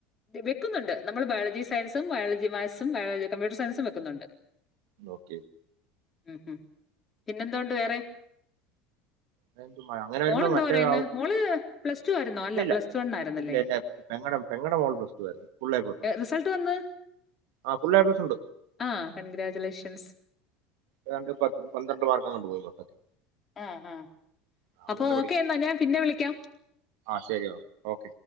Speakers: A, on the left; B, on the right.
A: വെക്കുന്നുണ്ട് നമ്മള് ബയോളജി സയൻസും ബയോളജി മാക്സ് ബയോളജി കമ്പ്യൂട്ടർ സയൻസും വെക്കുന്നുണ്ട്.
B: നോക്ക്യേ
A: ഉം ഉം. പിന്നെന്തോണ്ട് വേറെ?
B: ആയെന്തു അങ്ങനെ വരുമ്പോ
A: മോളെന്തോ
B: മറ്റേ
A: പറയുന്നത്
B: ആവും
A: മോള് പ്ലസ് ടു ആയിരുന്നോ
B: ഇല്ലില്ല
A: അല്ല പ്ലസ് ടു വൺ ആയിരുന്നല്ലേ
B: ഇല്ല ഇല്ല പെങ്ങടെ പെങ്ങടെ മോൾ പ്ലസ് ടു ആയിരുന്നു ഫുൾ എ പ്ലസ് ഉണ്ട്
A: റിസൾട്ട് വന്ന്
B: ആ ഫുൾ എ പ്ലസ് ഉണ്ട്
A: ആ കൺഗ്രാജുലേഷൻസ്.
B: ഏതാണ്ട് പത് പന്ത്രണ്ട് മാർക്കാണ്ട് പോയി മൊത്തത്തിൽ
A: ആ ആ
B: ആ, അത്
A: അപ്പൊ
B: നല്ല
A: ഓക്കെ
B: പഠിക്കുന്നു
A: എന്നാ ഞാൻ പിന്നെ വിളിക്കാം.
B: ആ ശരി ഓക്കെ